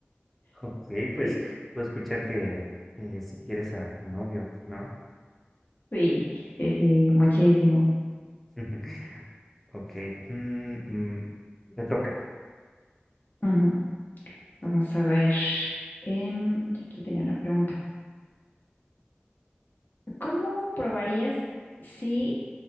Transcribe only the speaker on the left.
Sí,
sí, sí, sí, muchísimo.
Ujú. Vamos a ver. Em, yo aquí tenía una pregunta. ¿Cómo probarías si